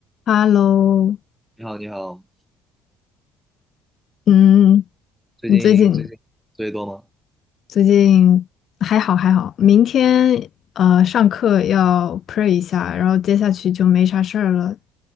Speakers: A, on the left (about 55°); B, in the centre.
A: Hello，
B: 你好，你好，
A: 嗯，
B: 最近最近作业多吗？
A: 你最近最近还好还好，明天呃上课要 pray 一下，然后接下去就没啥事儿了，